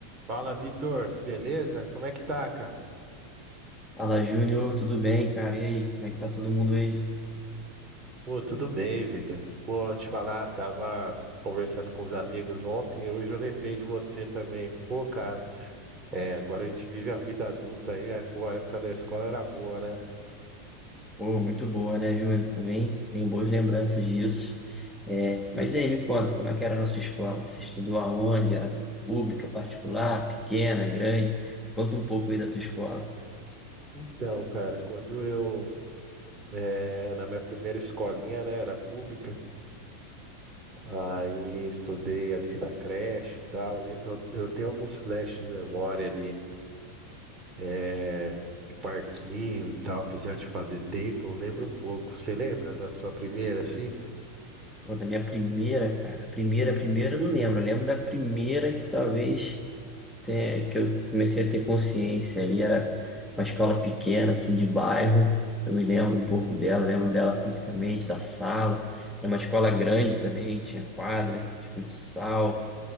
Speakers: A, on the right; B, in the centre.
A: Fala, Vitor. Beleza? Como é que tá, cara?
B: Fala, Júnior, tudo bem, cara? E aí, como é que tá todo mundo aí?
A: Pô, tudo bem, Vitor. Pô, te falar, tava conversando com os amigos ontem, e hoje eu lembrei de você também. Pô, cara, é, agora a gente vive a vida adulta aí, aí, pô, a época da escola era boa, né?
B: Pô, muito boa, né, Júnior? Também tenho boas lembranças disso. É, mas aí, me conta, como é que era a nossa escola? Você estudou aonde? Era pública, particular, pequena, grande? Conta um pouco aí da tua escola.
A: Então, cara, quando eu, é, na minha primeira escolinha, né, era pública, aí estudei ali na creche e tal, le- eu, eu tenho alguns flashes de memória ali, é, de parquinho e tal, apesar de fazer tempo, eu lembro um pouco. Você lembra da sua primeira, assim?
B: Pô, da minha primeira, cara. Primeira, primeira, eu não lembro. Eu lembro da primeira que talvez. até que eu comecei a ter consciência ali, era uma escola pequena, assim, de bairro. Eu me lembro um pouco dela, lembro dela fisicamente, da sala. Era uma escola grande também, tinha quadra de futsal,